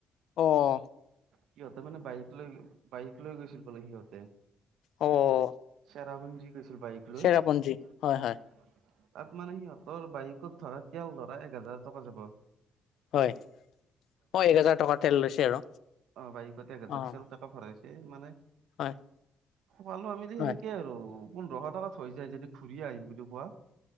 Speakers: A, on the left; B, on the right.
A: অঁ!
B: সিহঁতে মানে বাইক লৈ, বাইক লৈ গৈছিল বোলে সিহঁতে।
A: অ',
B: চেৰাপুঞ্জী গৈছিল বাইক লৈ।
A: চেৰাপুঞ্জী
B: তাত
A: হয় হয়
B: মানে সিহঁতৰ বাইকত ধৰা তেল ধৰা এক হেজাৰ টকা যাব।
A: হয়। হয়, এক হাজাৰ টকা তেল লৈছে আৰু।
B: অঁ! বাইকত এক হাজাৰ
A: অ',
B: তেল টকা ভৰাইছে মানে
A: হয়
B: পালোঁ আমি দে
A: হয়।
B: সেনেকেই আৰু। পোন্ধৰ হাজাৰ টকাত হৈ যায় যদি ঘূৰি আহিম বুলি কোৱা।